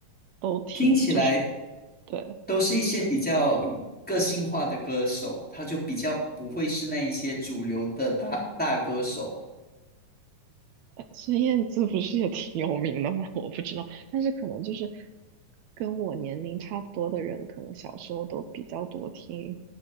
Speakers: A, on the right; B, in the centre.
A: 都听，
B: 听起来
A: 就是对。
B: 都是一些比较个性化的歌手，他就比较不会是那一些主流的大大歌手。
A: 孙燕姿不是也挺有名的吗？<laughs> 我不知道，但是可能就是跟我年龄差不多的人，可能小时候都比较多听